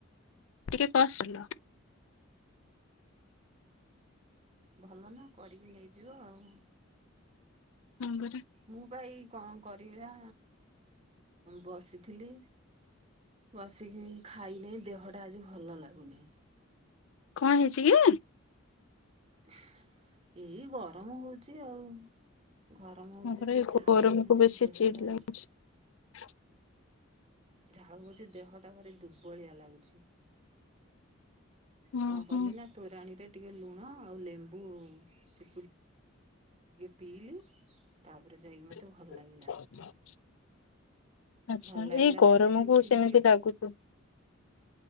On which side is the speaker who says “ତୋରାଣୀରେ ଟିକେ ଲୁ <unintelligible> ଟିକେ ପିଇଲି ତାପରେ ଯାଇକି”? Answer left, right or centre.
Right